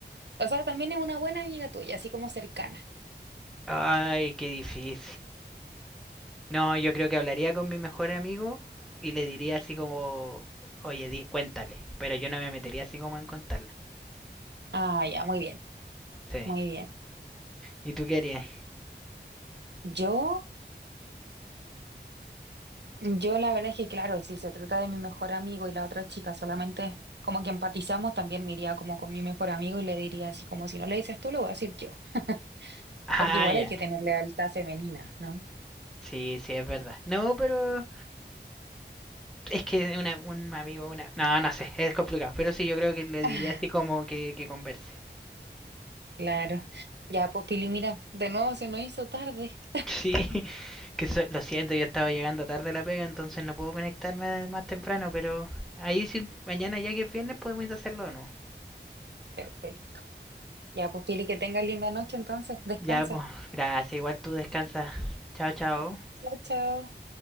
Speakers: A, on the right; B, in the centre.
A: O sea, también es una buena amiga tuya, así como cercana.
B: Ay, qué difícil. No, yo creo que hablaría con mi mejor amigo y le diría así como, oye, di- cuéntale, pero yo no me metería así como en contarla.
A: Ah, ya, muy bien,
B: Sí.
A: muy bien.
B: ¿Y tú qué harías?
A: Yo, yo la verdad es que, claro, si se trata de mi mejor amigo y la otra chica solamente como que empatizamos, también me iría como con mi mejor amigo y le diría así como si no le dices tú, lo voy a decir yo, <laughs>
B: Ah,
A: porque igual
B: ya.
A: hay que tener lealtad femenina, ¿no?
B: Sí, sí, es verdad. No, pero es que una- un amigo, una... No, no sé, es complicado, pero sí, yo creo que le diría
A: Ah,
B: así como que, que converse.
A: claro. Ya, pues Pili, mira, de nuevo se nos hizo tarde.
B: <laughs> Sí, que so- lo siento, yo estaba llegando tarde a la pega, entonces no puedo conectarme a- más temprano, pero ahí sí, mañana ya que es viernes podemos ir a hacerlo o no.
A: Perfecto. Ya, pues Pili, que tengas linda noche entonces. Descansa.
B: Ya, pues, gracias, igual tú descansa. Chao, chao.
A: Chao, chao.